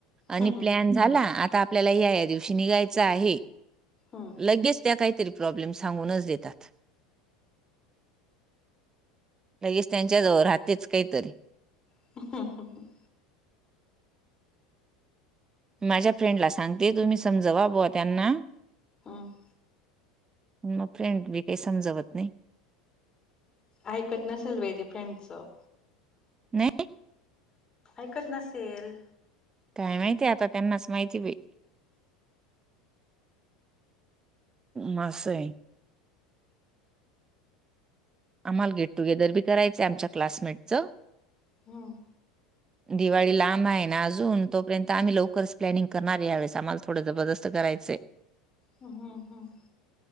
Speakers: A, on the right; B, on the left.
A: आणि
B: हम्म
A: प्लन झाला आता आपल्याला ह्या ह्या दिवशी निघायचं आहे.
B: हम्म
A: लगेच त्या काहीतरी प्रॉब्लेम सांगुनच देतात. लगेच त्यांच्याजवळ राहतेच काहीतरी.
B: <unintelligible>
A: माझ्या फ्रेंडला सांगते तुम्ही समजवा बुवा त्यांना.
B: हम
A: मग फ्रेंडबी काही समजवत नाही.
B: ऐकत नसेल बाई ते फ्रेंडचं.
A: नाही
B: ऐकत नसेल.
A: काय माहिती आता त्यांनाच माहिती बाई. मासं आहे. आम्हाला गेट टुगेदर बी करायचंय आमच्या क्लासमेटचं.
B: हं
A: दिवाळी लांब आहे ना अजून तोपर्यंत आम्ही लवकरच प्लॅनिंग करणार हाय या वेळेस आम्हाला थोड जबरदस्त करायचंय.
B: हम्म हम्